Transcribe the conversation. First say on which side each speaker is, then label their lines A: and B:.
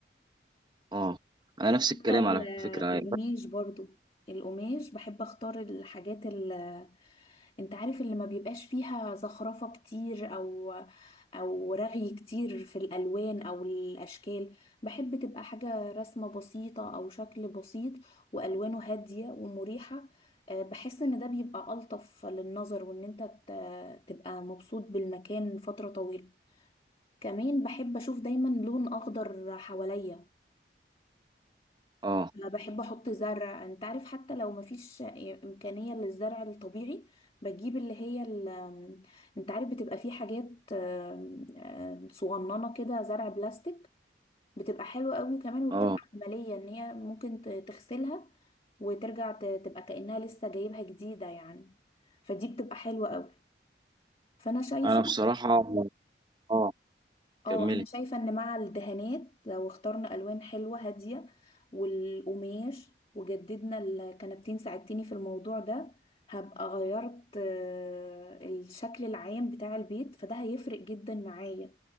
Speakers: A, on the right; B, on the left.
A: اه انا نفس
B: حتى
A: الكلام
B: ال-
A: على فكره
B: القماش برضو القماش بحب اختار الحاجات ال انت عارف اللي ما بيبقاش فيها زخرفة كتير او او رغي كتير في الالوان او الاشكال بحب تبقى حاجة رسمة بسيطة او شكل بسيط والوانه هادية ومريحة أه، بحس ان ده بيبقى الطف للنظر وان انت ت- تبقى مبسوط بالمكان فترة طويلة كمان بحب اشوف دايما لون اخضر حواليا
A: اه
B: أنا بحب احط زرع انت عارف حتى لو مفيش امكانية للزرع الطبيعي بجيب اللي هي ال... انت عارف بتبقى في حاجات آم، آم، صغننة كده زرع بلاستيك بتبقى حلوة قوي وكمان وبتبقى
A: اه
B: عملية ان هي ممكن ت- تغسلها وترجع ت- تبقى كأنها لسه جايبها جديدة يعني فدي بتبقى حلوة قوي فانا شايفة
A: انا بصراحه اه
B: اه
A: كمل
B: انا شايفه ان مع الدهانات لو اخترنا الوان حلوه هاديه والقماش وجددنا الكنبتين ساعدتني في الموضوع ده هبقى غيرت آه، الشكل العام بتاع البيت فده هيفرق جدا معايا